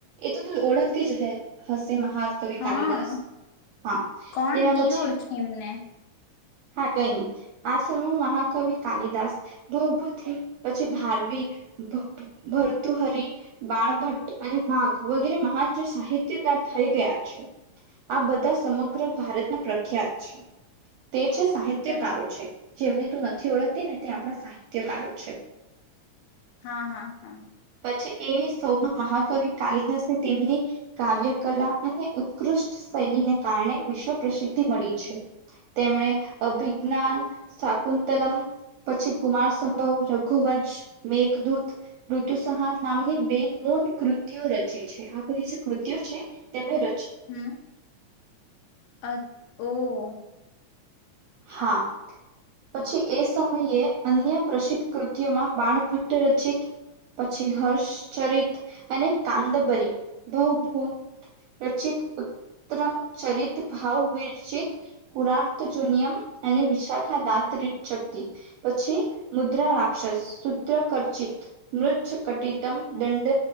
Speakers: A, on the right; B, on the left.
A: એ તો તું ઓળખતી જ અહે હસ છે મહા કવિ
B: હા
A: કાલિદાસ હા
B: કોણ
A: તેના
B: ની
A: પછી
B: ઓળખી એમને
A: હા કઈ ની આ સમયમાં મહાકવિ કાલિદાસ ભૌભુથી પછી ભારવી ભર ભરતુહરી બાળભટ્ટ અને માઘ વગેરે મહાન જે સાહિત્યકાર થઈ ગયા છે આ બધા સમગ્ર ભારતના પ્રખ્યાત છે. તે છે સાહિત્યકારો
B: અ-
A: છે જેમને તું નથી ઓળખતી ને તે આપડા સાહિત્યકારો છે.
B: હા હા હા
A: પછી એવી સૌમાં મહાકવિ કાલિદાસ નો તેમની કાવ્ય કલા અને ઉત્કૃષ્ટ શૈલીને કારણે વિશ્વ પ્રસિદ્ધિ મળી છે તેમણે અભિજ્ઞાન શાકુંતલમ પછી કુમાર સંભવ રઘુવંશ મેઘદૂત રુ ઋતુસંહાર નામની બેન મૂન કૃતિઓ રચી છે આ બધી જે કૃતિઓ છે તેમને ર
B: હમ અ ઓ
A: હા પછી એ સમયે અન્ય પ્રસિદ્ધ કૃતઓમાં બાણ ભટ્ટ રચિત પછી હર્ષચરિત અને કાદંબરી ભૌભૂત રચિત ઉત્તમ ચરિત ભાવ વિરચિત કુરારત જુનયમ અને વિશાખા દાંતરી શક્તિ પછી મુદ્રા રાક્ષસ શુદ્ર કરચિત મૃજ કટિતમ દંડ